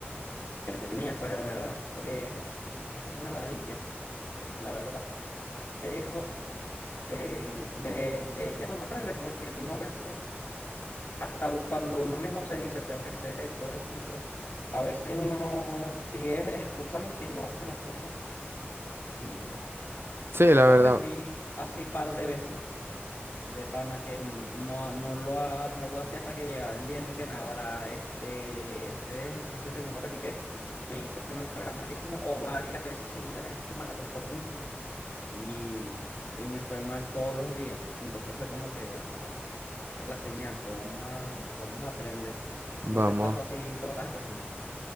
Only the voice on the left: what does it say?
que tenía, pues de verdad. eh, es una ladilla, la verdad. Pero eh, de, de ellas uno aprende porque uno a veces, hasta cuando uno mismo se dice, tengo que hacer esto, esto, esto, a veces uno sigue excusándose y no hace las cosas y nada.
Yo
aprendí así par de veces. De pana que mm, no, no lo, ha- no lo hacía hasta que llegaba el día en el que Navarra es, eh, ese ejercicio que nunca practiqué me hizo que me fuera malísimo o varias veces seguidas esa semana tocó lo mismo y, y me fue mal todos los días. Entonces fue como que bueno, ya esta es la señal, pues vamos a, vamos a aprender.
¿No te pasó así cuando estás empezando?